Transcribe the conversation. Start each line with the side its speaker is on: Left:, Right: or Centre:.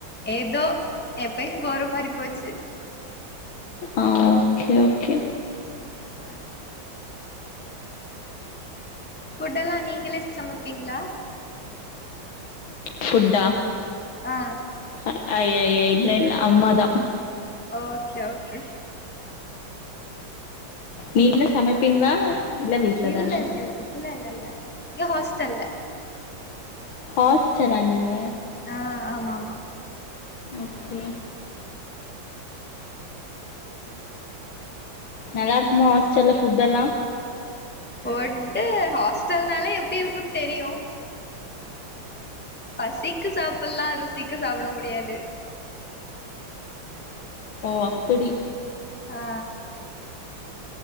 Centre: ஏதோ எப்பயும் போற மாரி போச்சு
Left: ஆஹ் ஓகே ஓகே
Centre: ஆ ஃபுட்டெல்லாம் நீங்களே சமைப்பீங்களா
Left: ஃபுட்டா
Centre: ஆ
Left: அ ஐ ஐ ஐ இல்ல இல்ல அம்மாதா
Centre: ஓகே ஓகே
Left: வீட்ல சமைப்பீங்களா இல்ல வீட்ல
Centre: இல்ல
Left: தானா
Centre: இல்ல இல்ல இல்ல இல்ல இல்ல இங்க ஹாஸ்டல்ல
Left: ஹாஸ்டலா நீங்க
Centre: ஆ ஆமா ஆமா
Left: ஓகே நல்லாருக்குமா ஹாஸ்டல்ல ஃபுட் எல்லா
Centre: ஃபுட்டு ஹாஸ்டல்னாலே எப்டி இருக்குன் தெரியு பசிக்கு சாப்ல்லா ருசிக்கு சாப்ட முடியாது
Left: ஓ அப்புடி
Centre: ஆ